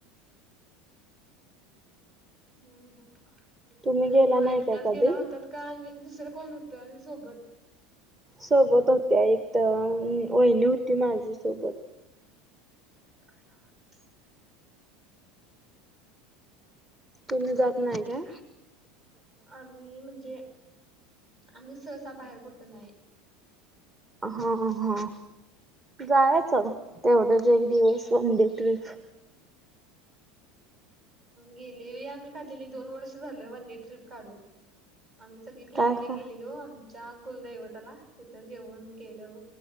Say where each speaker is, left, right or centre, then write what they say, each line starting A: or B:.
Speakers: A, on the right (about 35°); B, on the right (about 20°).
A: हम्
B: तुम्ही गेला
A: ह मग
B: नाही
A: एकट्याच
B: का कधी?
A: गेला होतात का आणि दुसरं कोण होतं आणि सोबत
B: सोबत होत्या एक तर वहिणी होती माझी सोबत
A: चक <unintelligible>
B: तुम्ही जात नाही का.
A: आम्ही म्हणजे आम्ही सहसा बाहेर कुठं नाही.
B: हा हा. जायचं तेवढ्याच एक दिवस वनडे ट्रिप.
A: गेले आम्ही काढलेली दोन वर्ष झालं वनडे ट्रिप काढून. आम्ही सगळी फॅमिली
B: काय का
A: गेलेलो. ज्या कुलदैवताला तिथं जेऊन केलं